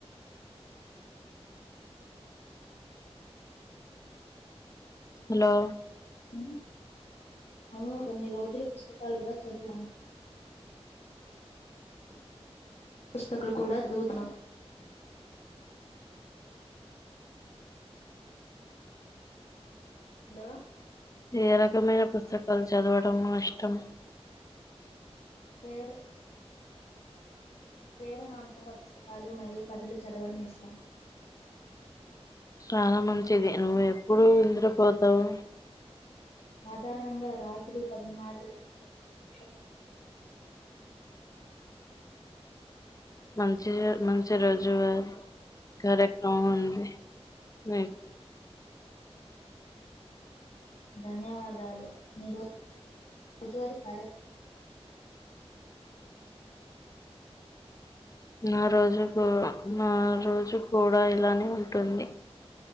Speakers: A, on the left; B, on the left.
A: హలో
B: హుమ్ అవును కొన్ని రోజులు పుస్తకాలు కూడా చదువాను
A: ఉ
B: తకులు కూడా చదువుతను హలో
A: ఏ రకమైన పుస్తకాలు చదవడంము ఇష్టం
B: పేరు ప్రేరణాత్మక పుస్తకాలు మరియు కథలు చదవడం ఇష్టం
A: చాలా మంచిది నువ్వు ఎప్పుడు నిదురపోతావు
B: సాధారణంగా రాత్రి పదన్నార <unintelligible>
A: మంచి మంచి రోజువారి కార్యక్రమం ఉంది మీ
B: ధన్యవాదాలు ని రోజువారి కార్యక్రమాలు
A: నా రోజు నా రోజు కూడా ఇలానే ఉంటుంది